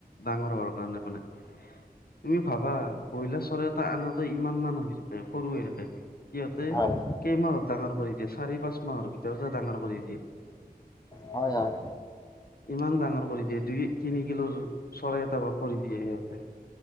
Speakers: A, on the left; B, on the left.
A: ডাঙৰ হোৱাৰ কাৰণে মানে। তুমি ভাবা ব্ৰইলাৰ চৰাই এটা আনোতে ইমান মান হৈ থাকে সৰু হৈ থাকে। সিহঁতে
B: হয়
A: কেইমাহত ডাঙৰ কৰি দিয়ে চাৰি পাঁচ মাহৰ ভিতৰতে ডাঙৰ কৰি দিয়ে।
B: হয় হয়।
A: ইমান ডাঙৰ কৰি দিয়ে দুই তিনি কিলোৰ চৰাই এটা কৰি দিয়ে সিহঁতে।